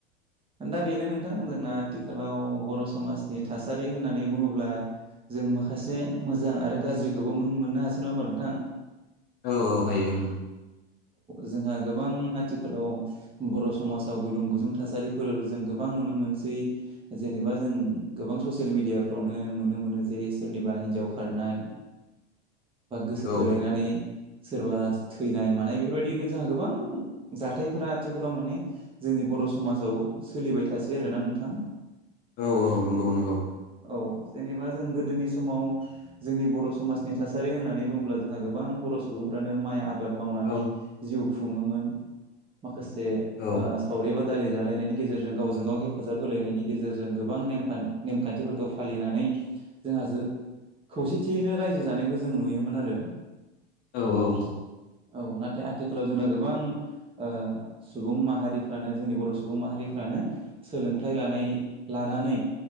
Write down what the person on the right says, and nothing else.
दा बेनो नोंथां जोंना आथिखालाव बर' समाजनि थासारि होननानै बुङोब्ला । जों माखासे मोजां आरो गाज्रिखौबो मोननो हासै नङा होनबा नोंथां।
जोंहा गोबां आथिखालाव बर' समाजाव गुलुं गुजुं थासारिफोर जों गोबां नुनो मो मोनसै जेनेबा जों गोबां ससियेल मिडियाफ्रावनो नुनो मोनो जे सोरनिबा हिनजाव खारनाय गोसो
थोलायनानै सोरबा थैनाय। थानाय बेफोरबायदिखौ जों गोबां जाथायफोरा आथिखालाव माने जोंनि बर समाजाव सोलिबाय थासै आरोना नोंथां
औ जेनेबा जों गोदोनि समाव जोंनि बर‌ समाजनि थासारि होननानै बुङोब्ला जोंहा गोबां बर‌सुबुंफोर फ्रानो माइ आबाद मावनानै
जिउ खुङोमोन माखासे
ओ सावरि बाद दालि जालायनायनि गेजेरजों गावजों गाव हेफाजाब होलायनायनि गेजेरजों गोबां नेम खान्थि खान्थिफोरखौ फालिनानै जोंहासो खौसेथियैनो रायजो जानायखौ जों नुयोमोन आरो
औ नाथाय आथिखालाव जोंना गोबां ओ सुबुं माहारिफ्रानो जोंनि बर सुबुं माहारि फ्रानो सोलोंथाय लानाय‌ लानानै